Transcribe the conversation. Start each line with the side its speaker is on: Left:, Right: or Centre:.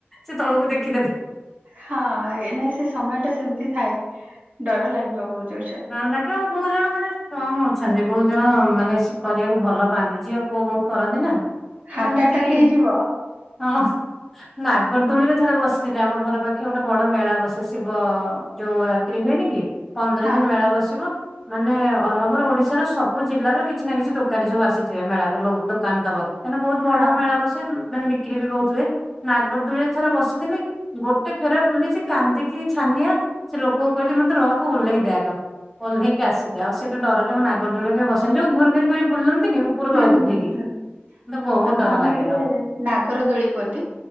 Centre: ସେ ତଳକୁ ଦେଖିଦେଲେ।
Right: ହଁ ଏଇନା ସେ ସମୟ ଟା ସେମିତି ଥାଏ। ଡର ଲାଗିବ ବହୁତ ଜୋରସେ
Centre: ହଁ ନା। ଆଉ ବହୁତ ଜଣ ମାନେ ଷ୍ଟ୍ରଙ୍ଗ ଅଛନ୍ତି ବହୁତ ଜଣ ମାନେ ସେ କରିବାକୁ ଭଲ ପାଆନ୍ତି ଝିଅ ପୁଅ ବହୁତ କରନ୍ତି ନା। ସେମାନେ
Right: ହାର୍ଟ
Centre: ସେତିକି
Right: ଆଟାକ୍ ହେଇଯିବ
Centre: ହଁ। ନାଗରଦୁଳି ରେ ଥରେ ବସିଥିଲି ଆମ ଘର ପାଖେ ଗୋଟେ ବଡ ମେଳା ବସେ ଶିବ ଯୋଉ ରାତି ତ୍ରୀ ହୁଏନି କି ପନ୍ଦର
Right: ହଁ
Centre: ଦିନ ମେଳା ବସିବ। ମାନେ ଅଲ ଓଭର ଓଡିଶାରୁ ସବୁ ଜିଲ୍ଲାରୁ କିଛି ନା କିଛି ଦୋକାନୀ ସବୁ ଆସିଥିବେ ମେଳାକୁ ଦୋକାନ ଦବାକୁ। କାହିଁକିନା ବହୁ ବଡ
Right: ହଁ
Centre: ମେଳା ବସେ ମାନେ ବିକ୍ରି ବି ବହୁତ ହୁଏ। ନାଗରଦୋଳିରେ ଥରେ ବସିଥିଲି ଗୋଟେ ଫେର ବୁଲିଛି କାନ୍ଦିକି ଛାନିଆ। ସେ ଲୋକଙ୍କୁ କହିଲି ମତେ ରଖ ଓଲେହି ଦେଆଗ। ଓହ୍ଲେଇକି ଆସିବି ଆଉ ସେଇଠୁ ଡରରେ ମୁଁ ନାଗର ଦୋଳିରେ କେବେ ବସିନି ଯଉ ଘୁର ଘୂର କରି ବୁଲନ୍ତିନି। ଉପରୁ ତଳକୁ
Right: ହୁଁ ହୁଁ
Centre: ହେଇକି କି
Right: ହୁଁ
Centre: ମତେ ବହୁତ
Right: ତମ
Centre: ଡର ଲାଗେ
Right: ଆଡେ
Centre: ଆଉ।
Right: ନାଗର ଦୋଳି କୁହନ୍ତି